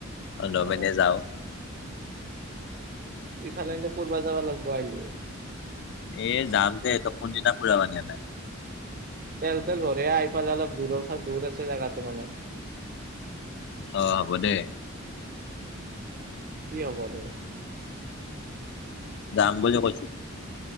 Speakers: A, on the left; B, on the right.
A: অ নমেনে
B: এ
A: যাওঁ।
B: ইফালে এন্ত পৰবা যাব লাগব আহিলো
A: এ যাম দে তই কোনদিনা ফুৰাব নিয়া নাই
B: তেল চলে হলে আইফজ অলপ দূৰৰ ফা দূৰ আছে জাগা তো মানে
A: অ হ'ব দে
B: কি হ'ব দে
A: যাম বুলি কৈছো